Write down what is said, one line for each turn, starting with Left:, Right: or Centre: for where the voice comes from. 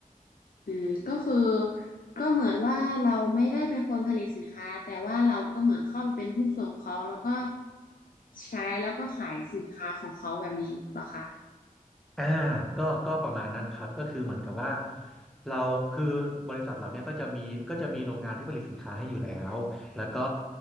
Left: อืมก็คือก็เหมือนว่าเราไม่ได้เป็นคนผลิตสินค้าแต่ว่าเราก็เหมือนเข้าไปเป็นหุ้นส่วนของเขาแล้วก็ใช้แล้วก็ขายสินค้าของเขาแบบนี้เหรอคะ
Centre: อ่าก็ก็ประมาณนั้นครับก็คือเหมือนกับว่าเราคือบริษัทเราเนี่ยก็จะมีก็จะมีโรงงานที่ผลิตสินค้าให้อยู่แล้วแล้วก็